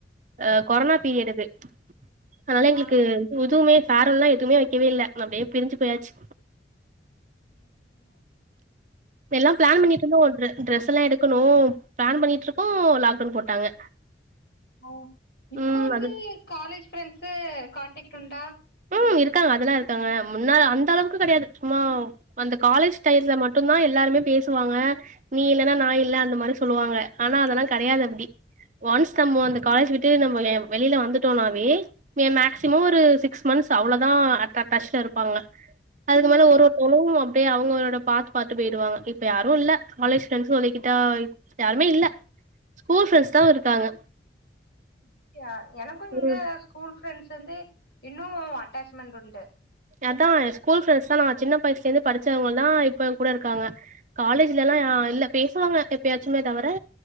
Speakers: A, on the right (about 45°); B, on the left (about 60°).
A: அ கொரோனா பீரியட் அது அதனால எங்ளுக்
B: ஆ
A: எதுவுமே ஃபேரவல்லா எதுமே வைக்கவே இல்ல அப்டியே பிரிஞ்சு போயாச்சு
B: ம்
A: எல்லா பிளான் பண்ணிட்டு இருந்தொ ஓல்டுறு டிரெஸ்ஸெல்லா எடுக்கணு பிளான் பண்ணிட்ருக்கோ லாக்டவுன் போட்டாங்க
B: ஓ இப்ப
A: ம்
B: வந்து
A: அது
B: காலேஜ் ப்ரெண்ட்ஸ்ஸு கான்டக்ட் உண்டா
A: ம் இருக்காங்க அதெல்லா இருக்காங்க முன்னால அந்த அளவுக்கு கெடயாது சும்மா அந்த காலேஜ் டைல்ல மட்டுதா எல்லாருமெ பேஸ் சுவாங்க நீ இல்லன்னா நா இல்ல அந்த மாரி சொல்லுவாங்க ஆனா அதெல்லா கெடயாது அப்டி ஒன்ஸ் நம்ம அந்த காலேஜ் விட்டு நம்ம வெளில வந்துட்டோனாவே மேக்சிமொ ஒரு சிக் சிக்ஸ் மன்ஸ் அவ்ளோதா அட்டக்டஸ்ல இருப்பாங்க அதுக்கு மேல
B: ஆமா
A: ஒரு ஒருத்தறு அப்டியே அவ்ங்களோட பாத் பாத் போயிடுவாங்க இப்ப யாரு இல்ல காலேஜ் ஃப்ரெண்ட்ஸு லிகிட்டாய் யாருமே இல்ல ஸ்கூல் ஃப்ரெண்ட்ஸ் தா இருக்காங்க
B: அப்படியா எனக்கு இங்க
A: ம்
B: ஸ்கூல் ஃப்ரெண்ட்ஸ் வந்து இன்னு அட்டாச்மெண்ட் உண்டு
A: அதா எ ஸ்கூல் ஃப்ரெண்ட்ஸ் தா நா சின்ன வயசுலே இருந்து படிச்சவங்க தா இப்ப கூடற்க்காங்க காலேஜ்ல எல்லா இல்ல பேசுவாங்க எப்பயாச்சுமே தவிர